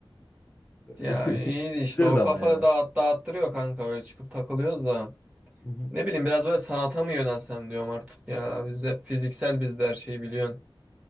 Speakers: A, on the left; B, on the right.
A: <laughs>
B: Ya iyiydi işte
A: Güzeldi
B: o kafa
A: ama ya.
B: dağıt, dağıttırıyor kanka öyle çıkıp takılıyoruz da.
A: Hı hı.
B: Ne bileyim biraz böyle sanata mı yönelsem diyorum artık ya. Biz hep fiziksel bizde her şeyi biliyorsun.